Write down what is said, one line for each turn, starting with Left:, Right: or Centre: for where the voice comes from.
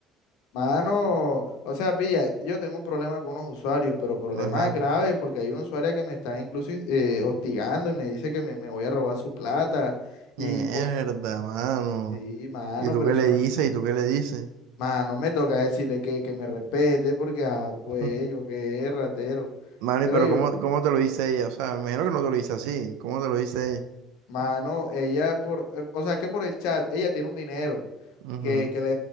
Left: Mano, o sea, pilla, yo tengo un problema con unos usuarios, pero problema
Right: Ajá.
Left: grave porque hay una usuaria que me está incluso eh, hostigando y me dice que me, me voy a robar su plata.
Right: Mierda,
Left: Y por...
Right: mano.
Left: Sí, mano,
Right: ¿Y tú
Left: pero
Right: qué
Left: eso
Right: le
Left: no...
Right: dices? ¿Y tú qué le dices?
Left: Mano, me toca decirle que, que me respete porque, ah, pues
Right: <laughs>
Left: yo qué ratero.
Right: Mano,
Left: Pero
Right: ¿y pero
Left: yo,
Right: cómo, cómo te lo dice ella? O sea, me imagino que no te lo dice así. ¿Cómo te lo dice ella?
Left: mano, ella por... eh, O sea, es que por el chat, ella tiene un dinero.
Right: Ujú.
Left: que, que le